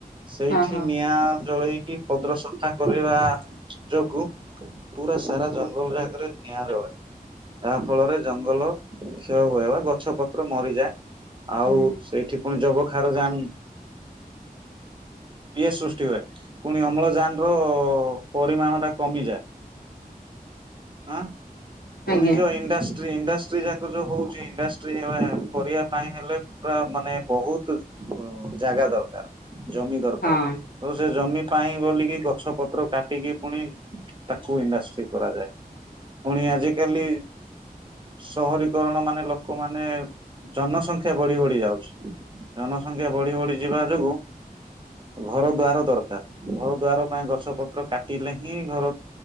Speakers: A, on the right; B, on the left.
A: ସେଇଠି
B: ହଁ ହଁ
A: ନିଆଁ ଜଳେଇ କି ପଦ୍ର ସନ୍ଥା କରେଇବା ଯୋଗୁ ପୁରା ସାରା ଜଙ୍ଗଲରେ ରି୍ୟାଙ୍କରେ ନିଆଁ ଜଳେ। ଯାହା ଫଳରେ ଜଙ୍ଗଲ କ୍ଷୟ ହୁଏ ଵା ଗଛ ପତ୍ର ମରିଯାଏ। ଆଉ
B: ହୁଁ
A: ସେଇଠି ପୁଣି ଯବଖାରଜାନ ଇଏ ସୃଷ୍ଟି ହୁଏ ପୁଣି ଅମ୍ଳଜାନ ର ପରିମାଣଟା କମିଯାଏ। ଆଁ ପୁଣି
B: ଆଜ୍ଞା
A: ଯଉ ଇଣ୍ଡଷ୍ଟ୍ରି ଇଣ୍ଡଷ ଟ୍ରିଯାଙ୍କ ଯୋଉ ହୋଉଚି ଇଣ୍ଡଷ୍ଟ୍ରି ହେ କରିବା ପାଇଁ ହେଲେ ପୁରା ମାନେ ବହୁତ ତ ଜାଗା ଦରକାର, ଜମି ଦରକାର
B: ହଁ
A: ତ ସେ ଜମି ପାଇଁ ବୋଲିକି ଗଛ ପତ୍ର କାଟିକି ପୁଣି ତାକୁ ଇଣ୍ଡଷ୍ଟ୍ରି କରାଯାଏ, ପୁଣି କାଲି। ସହରୀକରଣମାନେ ଲୋକମାନେ ଜନସଂଖ୍ୟା ବଢି ବଢି ଯାଉଚି। ଜନସଂଖ୍ୟା ବଢି ବଢି ଯିବା ଯୋଗୁ ଘର ଦ୍ୱାର ଦରକାର, ଘର ଦ୍ୱାର ପାଇଁ ଗଛ ପତ୍ର କାଟିଲେ ହିଁ ଘର